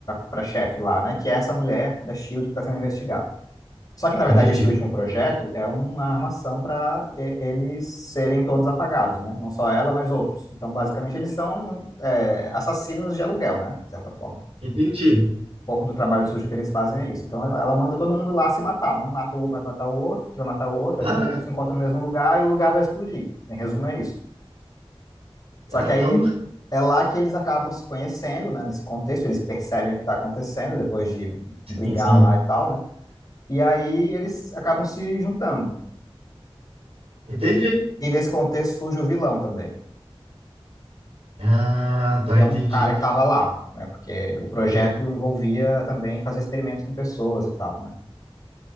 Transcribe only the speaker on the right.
entendi,
entendi.
Ah,
caramba,
sim,
sim,
entendi.
Ah, tá,
entendi.
E-